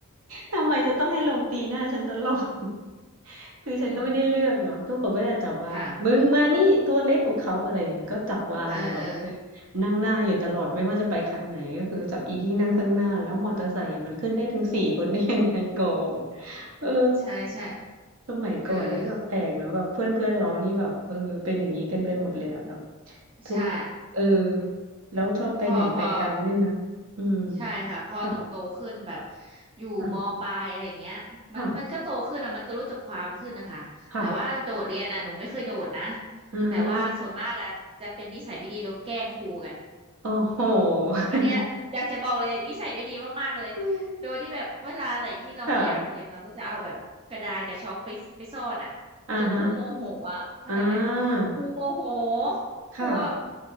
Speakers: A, on the right; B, on the right.
A: ทำไมจะต้องให้ลมตีหน้าฉันตลอด <laughs> คือฉันก็ไม่ได้เลือกเนาะทุกคนก็จะจับวางมึงมานี่ตัวเล็กกว่าเขาอะไรเงี้ย
B: อืมค่ะ
A: ก็จับวางเลยแบบเออ
B: เออเออ
A: นั่งหน้าอยู่ตลอดไม่ว่าจะไปคันไหนก็คือจับอีที่นั่งข้างหน้าแล้วมอเตอร์ไซค์อะมันขึ้นได้ถึงสี่คนได้ยังไงก่อนเออ
B: ใช่ใช่
A: สมัยก่อนนี่แบบแปลกเนาะแบบเพื่อนเพื่อนเรานี่แบบเออเป็นอย่างนี้กันไปหมดเลยอะแบบ
B: เออ
A: ทุก
B: ใช่
A: เออแล้วชอบไปไหนไปกันด้วยนะอืม
B: พอพอใช่ค่ะพอหนูโตขึ้นแบบ
A: ค่ะ
B: อยู่มปลายอะไรอย่างเงี้ยมันมันก็โตขึ้นอะมันก็รู้จักความขึ้นนะคะแต่ว่าโดดเรียนอะหนูไม่เคยโดดนะ
A: ค่ะค่ะค่ะ อือฮะ
B: แต่ว่าส่วนมากอะจะเป็นนิสัยไม่ดีโดนแกล้งครูกัน
A: โอ้โห
B: อันเนี้ยอยากจะบอกเลยนิสัยไม่ดีมากๆเลย
A: <laughs> อืม
B: โดยที่แบบเวลาไหนที่เราไม่อยากเรียนเราก็จะเอาแบบกระดานกับช็อกไปไปซ่อนอ่ะจนครูโมโหอ่ะเข้าใจไหม
A: ค่ะอ่าฮะอ่า
B: ครูโมโห
A: ค่ะ
B: ครูแบบ